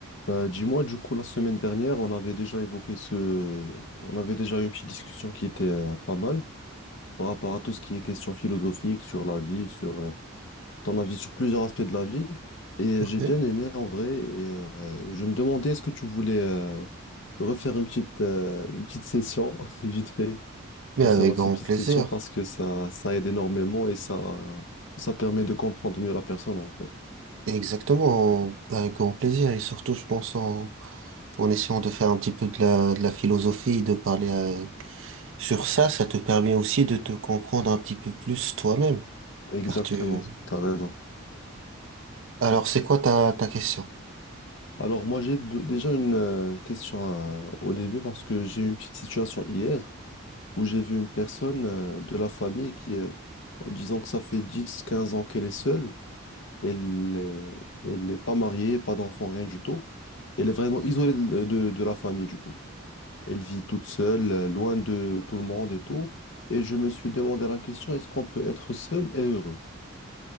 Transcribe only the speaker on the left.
Bah, dis-moi, du coup, la semaine dernière, on avait déjà évoqué ce... On avait déjà eu une petite discussion qui était euh, pas mal par rapport à tout ce qui est question philosophique sur la vie, sur euh, ton avis sur plusieurs aspects de la vie. Et
j'ai bien aimé en vrai. Et euh, je me demandais, est-ce que tu voulais euh, refaire une petite, euh, une petite session, <laughs> vite fait,
concernant
ces petites
questions, parce que ça, ça aide énormément et ça, ça permet de comprendre mieux la personne, en fait.
Exactement,
t'as raison.
Alors moi j'ai de- déjà une euh, question euh, au début parce que j'ai eu une petite situation hier où j'ai vu une personne euh, de la famille qui, euh, disons que ça fait dix quinze ans qu'elle est seule, elle euh, elle n'est pas mariée, pas d'enfant, rien du tout. Elle est vraiment isolée de, de- de la famille du coup. Elle vit toute seule, euh, loin de tout le monde et tout. Et je me suis demandé la question, est-ce qu'on peut être seul et heureux?